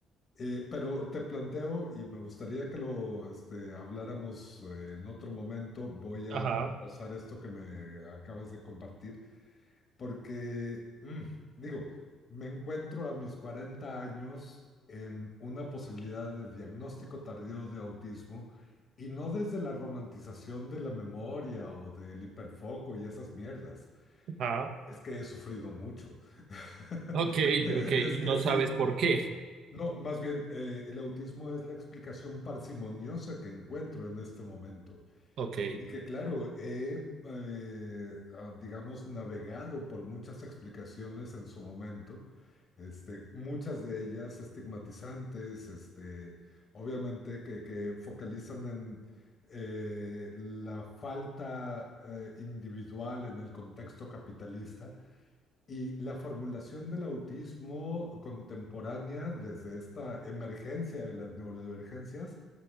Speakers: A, on the left; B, on the right.
A: Eh, pero te planteo, y me gustaría que lo este, habláramos eh, en otro momento, voy a
B: Ajá,
A: reposar esto que me acabas de compartir, porque, mm, digo, me encuentro a mis 40 años en una posibilidad de diagnóstico tardío de autismo, y no desde la romantización de la memoria o del hiperfoco y esas mierdas.
B: ajá.
A: Es que he sufrido mucho. <laughs>
B: Ok,
A: Es
B: ok, y
A: que
B: no
A: sí.
B: sabes por qué.
A: No, más bien, eh, el autismo es la explicación parsimoniosa que encuentro en este momento.
B: Ok,
A: Y que claro, he, eh, ah, digamos, navegado por muchas explicaciones en su momento, este, muchas de ellas estigmatizantes, este, obviamente que, que focalizan en eh, la falta eh, individual en el contexto capitalista y la formulación del autismo contemporánea desde esta emergencia de las neurodivergencias